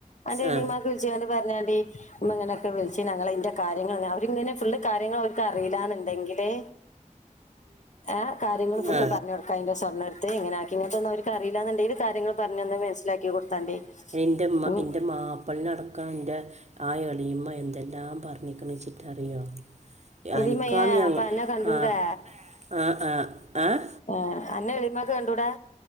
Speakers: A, on the left; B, on the right.
A: അന്റെ എളിയമ്മാക്ക്
B: ആ
A: വിളിച്ച്ങ്ങാണ്ട് പർഞ്ഞാണ്ടി ഇമ്മ ഇങ്ങനൊക്കെ വിളിച്ചി ഞങ്ങളയിന്റെ കാര്യങ്ങളെ അവരിങ്ങനെ ഫുള്ള് കാര്യങ്ങൾ അവർക്ക് അറീല്ലാന്നുണ്ടെങ്കില് ആ കാര്യങ്ങള് ഫുള്ള്
B: ആ
A: പറഞ്ഞൊട് കയിന്റെ സ്വർണ്ണട്ത്ത് ഇങ്ങനെ ആകി ഇങ്ങൻതൊന്നും അവർക്കറിയില്ലാന്നുണ്ടെങ്കിൽ കാര്യങ്ങൾ പർഞ്ഞന്ന് മനസ്സിലാക്കി കൊടുത്താണ്ടി
B: എൻ്റെമ്മ
A: ഉം
B: എൻ്റെ മാപ് പ്പ്ൾനടക്കം ഇൻ്റെ ആ എളീമ്മ എന്തെല്ലാം പറഞ്ഞിക്ക്ണ്ച്ചിട്ടറിയോ അനിക്കാണ്
A: എലിമയെ
B: ഞങ്ങ
A: അപ്പൊ അന്നെ കണ്ടൂടെ
B: ആഹ് ആഹ് ആഹ് ഏഹ്
A: ഓ അന്നെ എളീമാക്ക് കണ്ടൂടാ